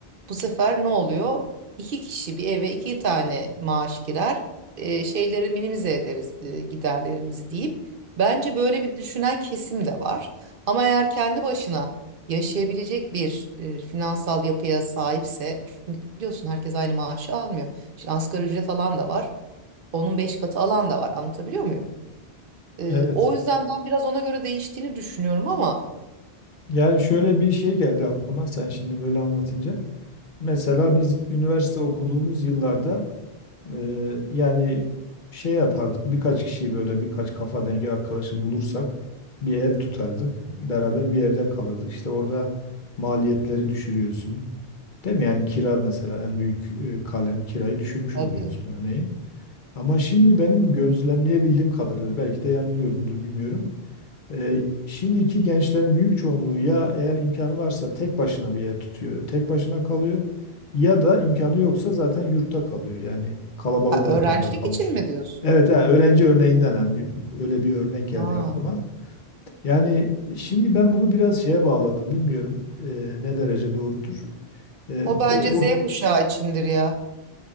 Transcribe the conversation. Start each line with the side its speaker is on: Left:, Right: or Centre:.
Right: Bu sefer ne oluyor? İki kişi bir eve iki tane maaş girer. E, şeyleri minimize ederiz e, giderlerimizi deyip. Bence böyle bir düşünen kesim de var. Ama eğer kendi başına yaşayabilecek bir e, finansal yapıya sahipse çünkü biliyorsun herkes aynı maaşı almıyor. Şimdi asgari ücret alan da var. Onun beş katı alan da var. Anlatabiliyor muyum? E,
Left: Evet.
Right: o yüzden ben biraz ona göre değiştiğini düşünüyorum ama
Left: Yani şöyle bir şey geldi aklıma sen şimdi böyle anlatınca. Mesela biz üniversite okuduğumuz yıllarda Ee, yani şey yapardık birkaç kişiyi böyle birkaç kafa dengi arkadaşı bulursak bir ev tutardık. Beraber bir evde kalırdık. İşte orada maliyetleri düşürüyorsun. Değil mi? Yani kira mesela en büyük e, kalem kirayı düşürmüş
Right: Abi
Left: oluyorsun örneğin. Ama şimdi benim gözlemleyebildiğim kadarıyla belki de yanılıyorumdur bilmiyorum. E, şimdiki gençlerin büyük çoğunluğu ya eğer imkanı varsa tek başına bir ev tutuyor, tek başına kalıyor ya da imkanı yoksa zaten yurtta kalıyor. Yani kalabalık
Right: Ha, öğrencilik
Left: ortamda kalmış.
Right: için mi diyorsun?
Left: Evet, yani öğrenci örneğinden yani bir- öyle bir örnek geldi
Right: Ha.
Left: aklıma. Yani şimdi ben bunu biraz şeye bağladım. Bilmiyorum e, ne derece doğrudur. E,
Right: O bence
Left: o,
Right: Z kuşağı içindir ya.